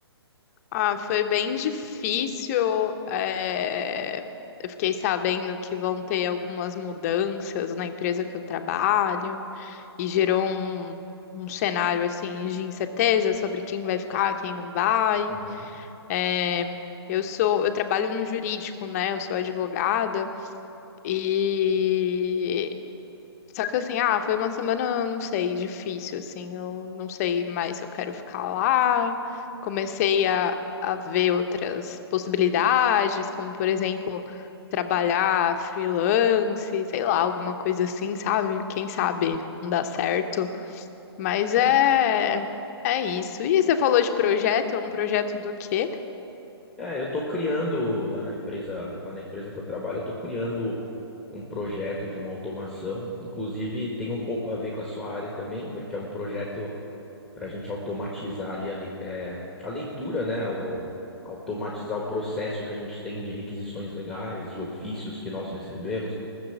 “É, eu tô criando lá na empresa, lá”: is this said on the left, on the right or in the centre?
Centre